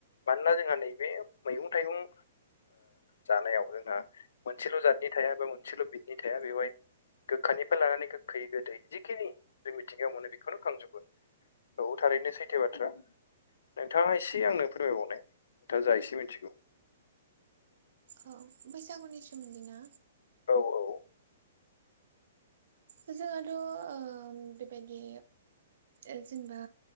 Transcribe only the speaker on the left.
मानोना जोंहा नैबे मैगं थाइगं जानायाव जोंहा मोनसेल' जातनि थाया बा मोनसेल' बिदनि थाया बेवहाय गोखानिफ्राय लानानै गोखै गोदै जिखिनि जों मिथिंगायाव मोनो बेखौनो खांजोबो औ थारैनो सैथायो बाथ्रा नोंथाङा एसे आंनो फोरमायबावनाय नोंथाङा जा एसे मिथिगौ
औ औ